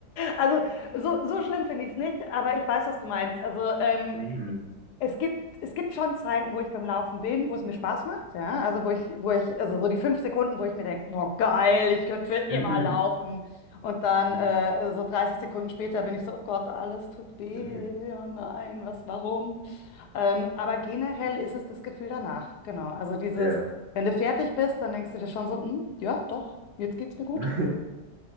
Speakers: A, on the left (about 75°); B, on the right (about 60°).
A: Also so, so schlimm finde ich es nicht, aber ich weiß, was du meinst. Also ähm,
B: Mhm.
A: Es gibt, es gibt schon Zeiten, wo ich beim Laufen bin, wo es mir Spaß macht, ja. Also wo ich, wo ich, also so die fünf Sekunden, wo ich mir denke, boah, geil, ich könnte für immer
B: Mhm.
A: laufen. Und dann
B: Mhm.
A: äh, so 30 Sekunden später bin ich so, oh Gott, alles tut weh,
B: Mhm.
A: oh nein, was, warum? Ähm, aber generell ist es das Gefühl danach, genau. Also dieses,
B: Ja.
A: wenn du fertig bist, dann denkst du dir schon so, hm, ja, doch, jetzt geht's mir gut.
B: <laughs>